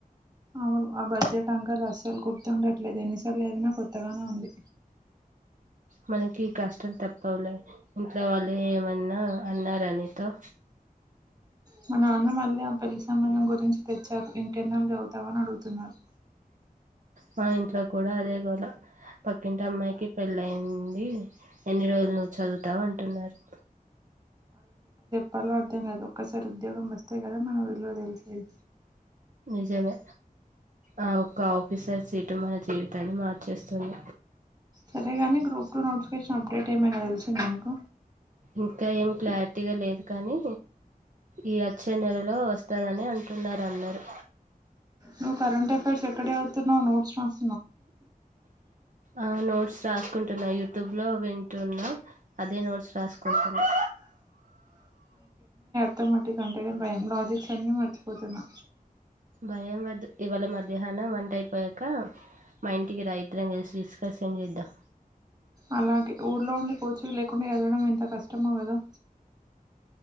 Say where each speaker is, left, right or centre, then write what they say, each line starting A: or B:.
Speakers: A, on the right; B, on the right.
A: అవును ఆ బడ్జెట్ అంకలు అస్సలు గుర్తుండట్లేదు ఎన్నిసార్లు చదివినా కొత్తగానే ఉంది
B: మనకీ కష్టం తప్పవులే ఇంట్లో వాళ్ళు ఏమన్నా అన్నారా నీతో
A: మా నాన్న మళ్ళీ ఆ పెళ్లి సంబంధం గురించి తెచ్చారు ఇంకెన్నాళ్ళు చదువుతావు అని అడుగు తున్నారు
B: మా ఇంట్లో కూడా అదే గోల పక్కింటి అమ్మాయికి పెళ్ళయ్యింది ఎన్ని రోజులు నువ్వు చదువుతావు అంటున్నారు
A: పాలో అర్థం కాదు ఒక్కసారి ఉద్యోగం వస్తే కదా మన విలువ తెలిసేది
B: నిజమే ఆ ఒక్క ఆఫీసర్ సీటు మన జీవితాన్ని మార్చేస్తుంది
A: సరేగాని గ్రూప్ టూ నోటిఫికేషన్ అప్డేట్ ఏమైనా తెలిసిందా నీకు
B: ఇంకా ఏమి క్లారిటీగా లేదు కానీ ఈ వచ్చే నెలలో వస్తాదని అంటున్నారు అందరూ
A: నువ్ కరంట్ అఫైర్స్ ఎక్కడ చదువుతున్నవ్ నోట్స్ ల
B: ఆ నోట్స్ రాసుకుంటున్నా యూ ట్యూబ్ లో వింటున్నా అదే నోట్స్ రాస్కుంటున్నా
A: త్తమోటి కంటే భయం లాజిక్స్ అన్నీ మర్చిపోతున్నా
B: భయం వద్దు ఇవాళ మధ్యాహ్నం వంట అయిపోయాక మా ఇంటికి రా ఇద్దరం కలిసి డిస్కసింగ్ చేద్దాం
A: అలాగే ఊర్లో ఉండి కూచి లే కుని ఎళ్ళడం ఎంత కష్టమో కదా